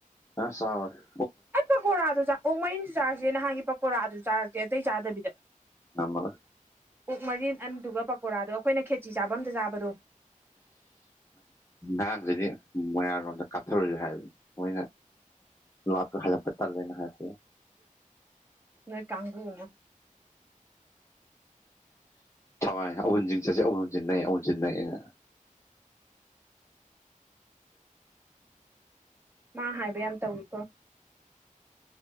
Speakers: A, on the left; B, on the right.
A: ꯑ ꯆꯥꯎꯉ
B: ꯑꯩ ꯄꯀꯣꯔꯥꯗꯣ ꯆ ꯑꯣ ꯃꯔꯤꯟꯁꯨ ꯆꯥꯔꯁꯦ ꯅꯍꯥꯟꯒꯤ ꯄꯀꯣꯔꯥ ꯑꯗꯨ ꯆꯥꯔꯛꯀꯦ ꯑꯇꯩ ꯆꯥꯗꯕꯤꯗ
A: ꯑꯃ
B: ꯑꯣꯛ ꯃꯔꯤꯟ ꯑꯗꯨꯒ ꯄꯀꯣꯔꯥꯗꯣ ꯑꯩꯈꯣꯏꯅ ꯈꯦꯆꯤ ꯆꯥꯕ ꯑꯝꯗ ꯆꯥꯕꯗꯣ
A: ꯑꯔꯥꯡꯁꯤꯗꯤ ꯃꯣꯏꯌꯥꯥꯡꯔꯣꯝꯗ ꯀꯥꯞꯊꯔꯨꯁꯤ ꯍꯥꯏꯕꯅꯤ ꯃꯣꯏꯅ ꯂꯇ ꯍꯥꯏꯖ ꯇꯥꯅ ꯍꯥꯏꯁꯦ
B: ꯅꯣꯏ ꯀꯥꯡꯕꯨ ꯑꯃ
A: ꯊꯋꯥꯏ ꯑꯋꯟꯁꯤꯡ ꯆꯠꯁꯦ ꯎꯟꯁꯤꯟꯅꯩ ꯑꯨꯟ ꯁꯤꯟꯅꯑꯦꯅ
B: ꯃꯥ ꯍꯥꯏꯕ ꯌꯥꯝ ꯇꯧꯋꯀꯣ